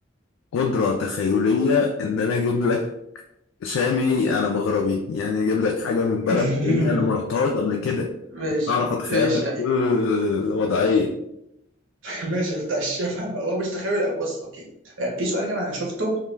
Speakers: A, on the left (about 80°); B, on the right (about 75°).
A: قدرة تخيلية إن أنا أجيب لك شامي على مغربي يعني أجيب لك حاجة من
B: <laughs>
A: بلد بعيدة أنا ما رحتهاش قبل كده
B: ماشي
A: أعرف أتخيل
B: ماشي
A: لك كل وضعية
B: ماشي بتاع الشمع الم- هو مش تخيل أوي. بص اوكي يعني في سؤال كان انا شفته